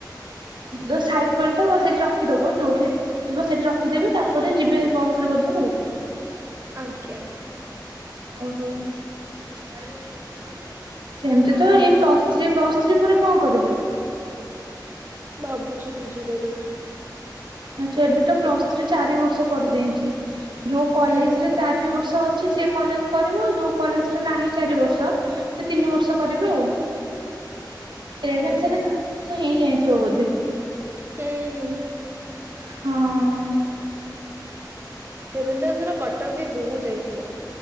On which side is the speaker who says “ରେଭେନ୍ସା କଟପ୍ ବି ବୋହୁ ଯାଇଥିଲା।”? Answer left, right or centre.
Right